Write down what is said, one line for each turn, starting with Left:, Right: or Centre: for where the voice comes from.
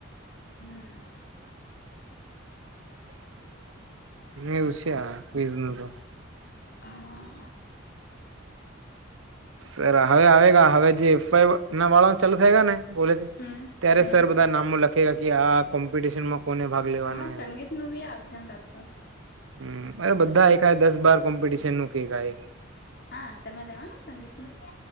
Left: હમ્મ.
Right: એવું છે આ વીઝ ન તો.
Left: હમ્મ.
Right: સર હવે આવે ગા હવે જે એફ વાળા ચાલુ થાય કોલેજ.
Left: હમ
Right: ત્યારે
Left: હમ
Right: સર બધા નામો લખે ગ કે આ કોમ્પિટિશનમાં. કોને ભાગ લેવાનો
Left: હા સંગીત
Right: એવું
Left: નું બી આવશે ને લગભગ.
Right: હમ્મ અ બધા એકાય દસ બાર કોમ્પિટિશન નું કકાય
Left: હા તમે લેવાનું સંગીતમાં?